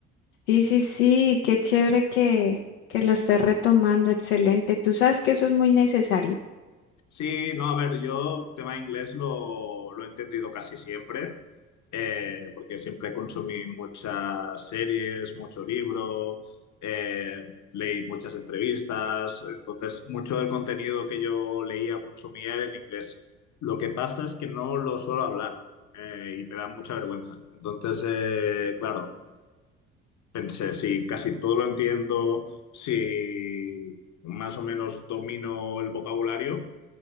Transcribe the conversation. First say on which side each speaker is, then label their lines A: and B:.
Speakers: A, on the left; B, on the left.
A: Sí, sí, sí, qué chévere que, que lo estés retomando, excelente. Tú sabes que eso es muy necesario.
B: Sí, no, a ver, yo tema inglés lo, lo he entendido casi siempre, eh, porque siempre consumí muchas series, mucho libro, eh, leí muchas entrevistas, entonces mucho del contenido que yo leía, consumía era en inglés. Lo que pasa es que no lo suelo hablar, eh, y me da mucha vergüenza. Entonces, eh, claro, pensé, si casi todo lo entiendo, si más o menos domino el vocabulario